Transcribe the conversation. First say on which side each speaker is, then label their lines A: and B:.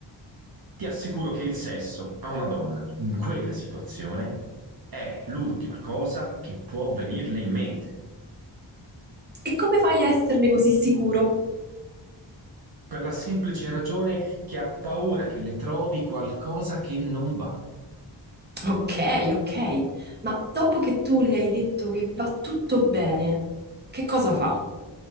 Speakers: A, on the right; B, on the right.
A: Ti assicuro che il sesso a una donna in quella situazione è l'ultima cosa che può venirle in mente,
B: E come fai a esserne così sicuro?
A: per la semplice ragione che ha paura che le trovi qualcosa che non va.
B: Ok, ok, ma dopo che tu le hai detto che va tutto bene, che cosa fa?